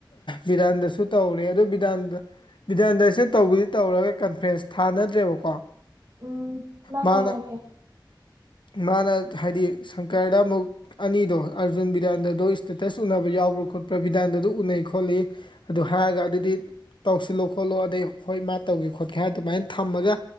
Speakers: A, on the left (about 75°); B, on the right (about 40°).
A: ꯕꯤꯗꯥꯟꯗꯁꯨ ꯇꯧꯔꯦ ꯑꯗꯨ ꯕꯤꯗꯥꯟꯗ ꯕꯤꯗꯥꯟꯗꯁꯦ ꯇꯧꯕꯨꯗꯤ ꯇꯧꯔꯒ ꯀꯟꯐ꯭ꯔꯦꯟꯁ ꯊꯥꯅꯗ꯭ꯔꯦꯕꯀꯣ
B: ꯎꯝ ꯃꯥ
A: ꯃꯥꯅ
B: ꯀꯩ ꯍꯥꯏꯔꯛꯀꯦ
A: ꯃꯥꯅ ꯍꯥꯏꯗꯤ ꯁꯪꯀꯔꯗ ꯑꯃꯨꯛ ꯑꯅꯤꯗꯣ ꯑꯥꯔꯖꯨꯟ ꯕꯤꯗꯟꯗꯗꯣ ꯏꯁꯇꯦꯇꯁ ꯎꯅꯕ ꯌꯥꯎꯕ꯭ꯔꯥ ꯈꯣꯠꯄ꯭ꯔꯥ ꯚꯤꯗꯥꯟꯗ ꯑꯗꯨ ꯎꯅꯩ ꯈꯣꯠꯂꯤ ꯑꯗꯨ ꯍꯥꯏꯔꯒ ꯑꯗꯨꯗꯤ ꯇꯧꯁꯤꯜꯂꯣ ꯈꯣꯠꯂꯣ ꯑꯗꯩ ꯍꯣꯏ ꯃꯥ ꯇꯧꯒꯦ ꯈꯣꯠꯀꯦ ꯍꯥꯏ ꯑꯗꯨꯃꯥꯏꯅ ꯊꯝꯃꯒ